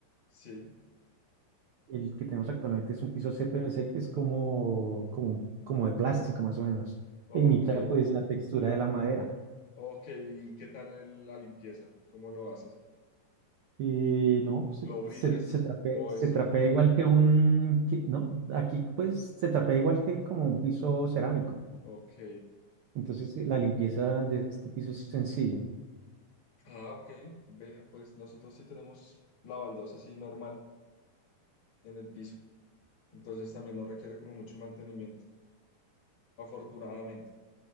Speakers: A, on the left (about 40°); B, on the right (about 80°).
A: Sí,
B: el que tenemos actualmente es un piso CPVC que es como, como, como de plástico más o menos,
A: ok.
B: e imita pues la textura de la madera.
A: Ok, ¿y qué tal el- la limpieza? ¿Cómo lo haces?
B: Y no, se,
A: ¿Lo brillas?
B: se, se trapea,
A: ¿O
B: se
A: eso?
B: trapea igual que un, que- no, aquí pues se trapea igual que como un piso cerámico.
A: Ok.
B: Entonces eh, la limpieza de este piso es sencilla.
A: Ah, ok. Vea, pues nosotros sí tenemos la baldosa así normal en el piso. Entonces también no requiere como mucho mantenimiento, afortunadamente.